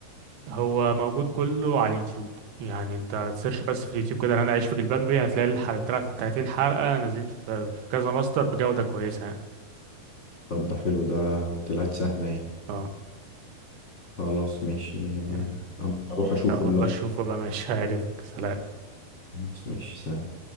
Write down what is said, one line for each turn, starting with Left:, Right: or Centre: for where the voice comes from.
Right: هو موجود كله على اليوتيوب يعني انت تسيرش بس في اليوتيوب كده انا عايش في جلباب ابي هتلاقي الحلقة 30 حلقة نازلين في في كذا مصدر بجودة كويسة يعني.
Left: طب ده حلو ده طلعت سهلة ايه
Right: اه
Left: خلاص ماشي آه،
Right: يعني.
Left: انا هروح اشوفه
Right: يلا
Left: دلوقتي
Right: بشوفه بقى ماشي هيعجبك سلام
Left: خلاص ماشي سلام